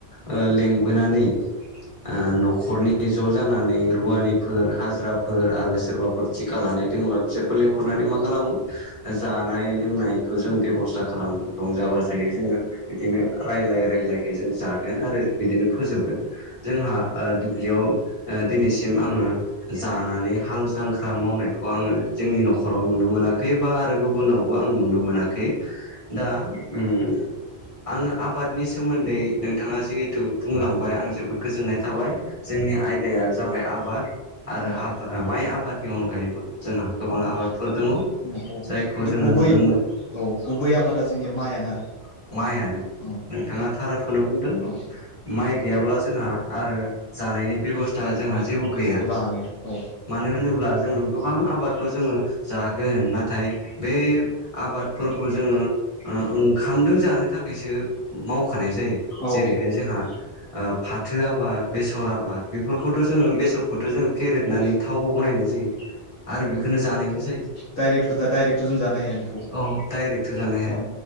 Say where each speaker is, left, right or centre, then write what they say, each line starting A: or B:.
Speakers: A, on the left; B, on the left.
A: ओ लेंबोनानै ओ न'खरनि ज' जाना नै रुवानिफोर हाजिराफोर आरो सोरबाफोर थिका लानाय दोङोबा बिसोरखौ लिंहरनानै मा खालामो जानाय लोंनायखौ जों बेब'स्था खालामो। रंजा बाजायै जोङो बिदिनो रायलाय रायलायहै जों जागोन आरो बिदिनो फोजोबगोन। जोंहा ओ दुब्लियाव दिनैसिम आङो जानानै हाल जांख्रा मावनायखौ आङो जोंनि न'खराव नुनो मोनाखै खैबा आरो गुबुनावबो आं नुनो मोनाखै दा उम आं आबादनि सोमोन्दै नोंथाङा जिहेथु बुंलांबाय आं जोबोद गोजोननाय थाबाय जोंनि आयदाया जाबाय आबाद आरो
B: औ
A: माइ आबाद नि अनगायैबो जोंहा गोबां
B: औ
A: आबादफोर दङ
B: औ
A: जायखौ
B: खिन्थु
A: जोङो
B: गुबै
A: नुनो मोनो।
B: औ गुबै आबादा जोंनिया माइआनो आरो।
A: माइआनो
B: औ
A: नोंथाङा
B: औ
A: थारखौनो बुंदों।
B: औ
A: माइ गैयाब्ला जोंहा आरो जानायनि बेब'स्था जोंहा
B: औ
A: गैया
B: जेबो राहा गैया औ।
A: मानो होनोब्ला जोङो गोबां आबादखौ जोङो जागोन नाथाय बे आबादफोरखौ जोङो ओ ओंखामदों जानो थाखायसो मावखानाय जायो।
B: औ
A: जेरैहाय जोंहा फाथो आबाद बेसर आबाद बेफोरखौथ' जोङो बेसरखौथ' जोङो फेरेेदनानै
B: औ
A: थावबो बानायनाय जायो आरो बेखौनो जानायबो जायो।
B: डाइरेक्टथ' दा दडाइरेक्टथ' जों जानो हाया बेखौ
A: औ डाइरेक्टथ' जानो हाया
B: औ